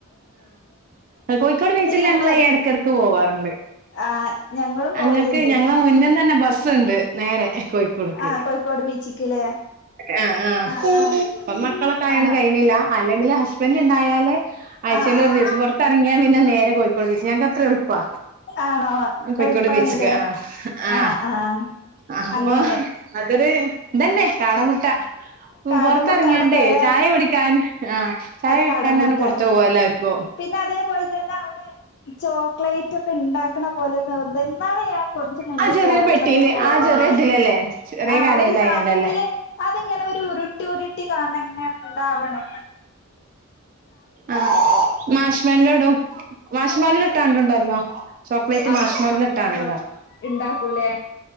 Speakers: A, on the right; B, on the left.
A: ആ കോയ്ക്കോട് ബീച്ചില്
B: ഇങ്ങനെ
A: ഞങ്ങള്
B: ച
A: എടക്കെടക്ക് പോവാറ്ണ്ട്
B: ആഹ് ഞങ്ങളും പോവല്ണ്ട്
A: അങ്ങക്ക് ഞങ്ങളെ മുന്നിന്നെന്നെ ബ സ്സ്ണ്ട് നേരെ കോയ്ക്കോട്ക്ക്
B: ആഹ് കോഴിക്കോട് ബീച്ചിക്ക്ല്ലേ
A: ആ ആ
B: ആഹ്
A: പ്പ
B: ആഹ്
A: മക്കളൊക്കെ ആയോണ്ട്
B: ആഹ്
A: കെയ്ണില്ല അല്ലെങ്കില് ഹസ്ബൻ്റ് ണ്ടായാൽ ല് ആയ്ചേല്
B: ആഹ് ആഹ്
A: ഒരു ദിവസം പൊർത്തറങ്ങിയാ പിന്നെ നേരെ കോയിക്കോട് ബീച്ച് ഞങ്ങക്ക് അത്രേയൊള്ള് പ്പാ
B: ആണോ
A: ആൻ കോയ്ക്കോട്
B: എളുപ്പാണ്ല്ലേ
A: ബീച്ചിക്ക് ആ ആ
B: ആഹ് ആഹ്
A: അഹ്
B: അങ്ങനെ
A: കൊഹ് അതൊര് അല്ലെ കാടമുട്ട ഉം
B: കാടമുട്ട
A: പൊർത്തർങ്ങിയാണ്ടെയ്
B: അവിടെ പ്രധാന
A: ചായ കുടിക്കാൻ ആ ചായ കുടിക്കാന്
B: കാടമുട്ട
A: പർഞ്ഞ് പൊർത്തോവ എല്ലാർക്കു
B: പിന്നെ അതേപോൽതെന്നെ അവ്ടെ ചോക്ലേറ്റ് ഒക്കെ ണ്ടാക്ക്ണ പോലെ ന്തോ ഇന്നാള് ഞാൻ കൊർച്ച് മുന്നെ
A: ആ ചെറിയ
B: പോയപ്പൊ
A: പെട്ടിയില്
B: തേ പോലെ
A: ആ
B: കണ്ട്
A: ചെറിയ ഇതിലല്ലേ ചെറിയ
B: ആഹ്
A: കടയിലായണ്ടല്ലേ
B: ഒരു സാധനത്തില് അതിങ്ങനെ ഒരു ഉരുട്ടി ഉരുട്ടി കാണങ്ങനെ ആ അവണെ
A: ആഹ് മാഷ്മല്ലോടും. മാഷ്മല്ലോ ഇട്ടാണ്ടുണ്ടല്ലോ. ചോക്ലേറ്റ്
B: ആഹ്
A: മാഷ്മല്ലോ
B: ആഹ്
A: ഇട്ടാണ്ടിണ്ടൊ?
B: ചോ ഇണ്ടാക്കൂലേ